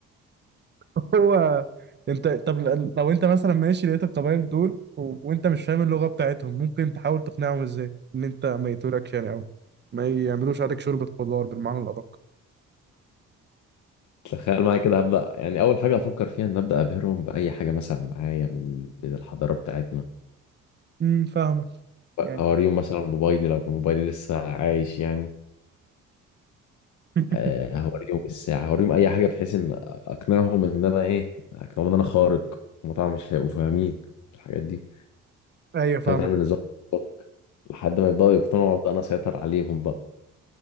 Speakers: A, on the right; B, on the left.
A: <laughs> هو انت طب ل- لو انت مثلا ماشي لقيت القبائل دول و... وانت مش فاهم اللغة بتاعتهم ممكن تحاول تقنعهم ازاي ان انت ما يتوركش يعني او ما يعملوش عليك شوربة خضار بالمعنى الأدق
B: تخيل معايا كده هبدأ يعني أول حاجة أفكر فيها إن أبدأ أبهرهم بأي حاجة مثلا معايا من من الحضارة بتاعتنا
A: امم فاهمك يعني
B: هوريهم مثلا موبايلي لو كان موبايلي لسه عايش يعني
A: <laughs>
B: آه، هوريهم الساعة هوريهم أي حاجة بحيث إن أقنعهم إن أنا إيه أقنعهم إن أنا خارق هما طبعا مش هيبقوا فاهمين الحاجات دي
A: ايوه فاهمك
B: فأنا بالنسبة لي خارق. لحد ما يبدأوا يقتنعوا وأبدأ أنا أسيطر عليهم بقى